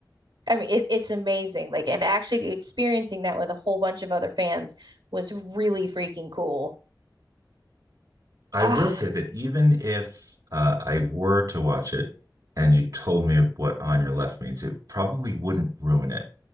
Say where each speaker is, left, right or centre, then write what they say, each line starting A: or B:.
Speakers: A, on the right; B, on the right.
A: i mean it, it's amazing like and actually experiencing that with a whole bunch of other fans was really freaking cool
B: I
A: ah
B: will say that even if uh, I were to watch it and you told me what on your left means, it probably wouldn't ruin it.